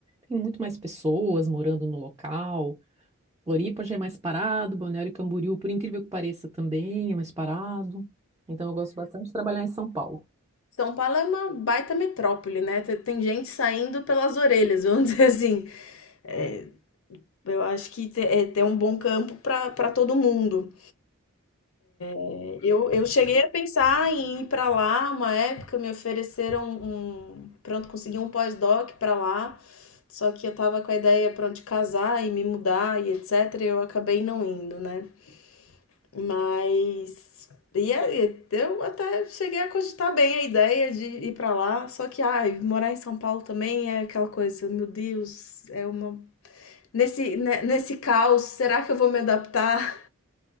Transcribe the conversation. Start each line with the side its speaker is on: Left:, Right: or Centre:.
Right: Tem muito mais pessoas morando no local. Floripa já é mais parado, Balneário Camboriú, por incrível que pareça, também é mais parado. Então eu gosto bastante de trabalhar em São Paulo.
Left: São Paulo é uma baita metrópole, né? Tem tem gente saindo pelas orelhas, vamos <laughs> dizer assim. É, eu acho que te- é, tem um bom campo para para todo mundo. É, eu, eu cheguei a pensar em ir para lá uma época, me ofereceram um. Pronto, consegui um pós-doc para lá. Só que eu tava com a ideia, pronto, de casar e me mudar e etc. E eu acabei não indo, né? Mas e aí, eu até cheguei a cogitar bem a ideia de ir pra lá, só que ai, morar em São Paulo também é aquela coisa, meu Deus, é uma nesse ne- nesse caos, será que eu vou me adaptar?